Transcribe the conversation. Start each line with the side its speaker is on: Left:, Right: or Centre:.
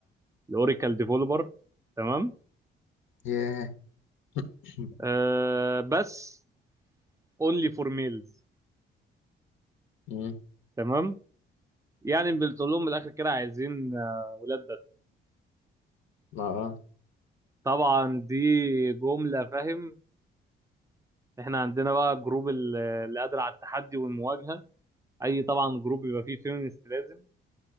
Right: الاوراكل ديفلوبر تمام
Left: ياه <clears throat>
Right: آه بس اونلي فور ميلز
Left: <laughs> مم.
Right: تمام يعني بتقول لهم من الاخر كده عايزين آه ولاد بس
Left: ما اه
Right: طبعا دي جمله فاهم احنا عندنا بقى جروب ال- اللي قادر على التحدي والمواجهه اي طبعا جروب يبقى فيه فيمينست لازم